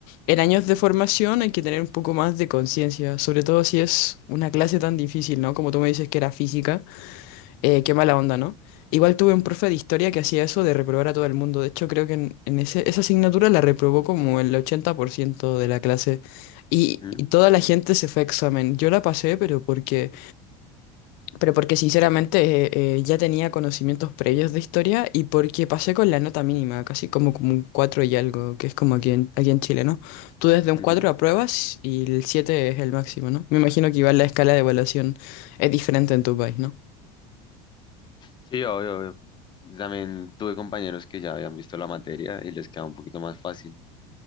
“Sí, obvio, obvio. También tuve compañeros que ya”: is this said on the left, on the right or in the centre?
Left